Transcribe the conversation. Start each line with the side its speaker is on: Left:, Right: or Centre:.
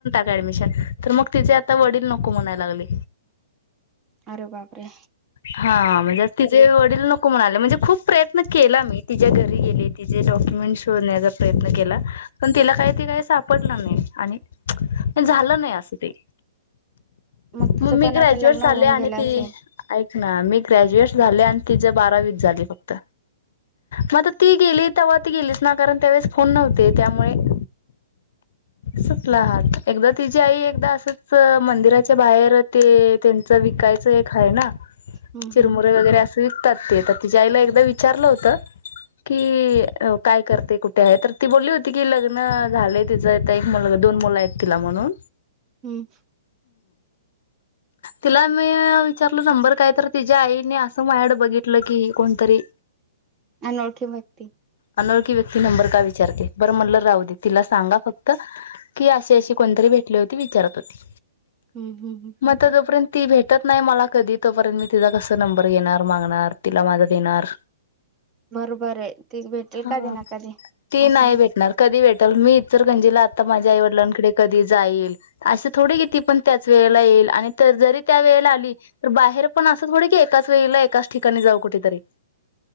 Left: ॲडमिशन तर मग तिचे आता वडील नको म्हणा लागले.
Right: अरे बापरे!
Left: हा म्हणजे आ तिचेे वडील नको म्हणाले. म्हणजे खूप प्रयत्न केला मी त तिच्या घरी गेले तिचेे डॉक्युमेंट शोधण्याचा प्रयत्न केला पण तिला काही ते काही सापडलं नाही. आणि झालं नाही असं ते.
Right: मग
Left: मम्मी
Right: तुझं पण
Left: ग्रॅज्युएट
Right: आता लग्न
Left: झाले
Right: होऊन
Left: आणि
Right: गेलं
Left: ती
Right: असेल
Left: ना मी ग्रॅज्युएट झाले आणि तिज बारावीच झाली फक्त. मग आता ती गेली तेव्हा ती गेलीच ना कारण त्यावेळेस फोन नव्हते त्यामुळे -- <inaudible> ात एक तिची आई एकदा असंच मंदिराच्या बाहेर ते त्यांच विकायचं य हेना
Right: हम्म
Left: चिरमुरे
Right: हम्म
Left: वगैरे अस विकतात ते तर तिच्याईला एकदा विचारलं होत. कि काय करते? कुठे आहे? तर ती बोलली होती की लग्न झालय तिचं एक मुलगा -- दोन मुल आहेत तिला म्हणून.
Right: हम्म.
Left: तिला मी विचारल शंभर काय. तर तिच्या्या आईने असं माया कड बघितलं की कोणतरी.
Right: अनोळखी व्यक्ती.
Left: अनोळखी व्यक्ती नंबर का विचारते. बरं म्हणल राहूदे. तिला सांगा फक्त की अशी अशी कोणतरी भे टली होती. विचारत होती.
Right: हम्म हम्म हम्म.
Left: मग जो पर्यंत ती भेटत -- नाही मला कधी तोपर्यंत मी तिचा कस नंबर घेणार मागणार तिला माझा देणार.
Right: बरोबर आहे ती भेटेल
Left: हा
Right: कधी ना कधी.
Left: ती
Right: असा
Left: नाही भेटणार. कधी भेटाल मी इचलकरंजीला आता माझ्या आई वडीलांकडे. कधी जाईल असं थोडी ती पन त्याचवेळी येईन. जरी त्यावेळी आली, तरी बाहेर- - पण असं थोडी की एकाच वेळे एकाच ठिकाणी जाऊ कुठेतरी.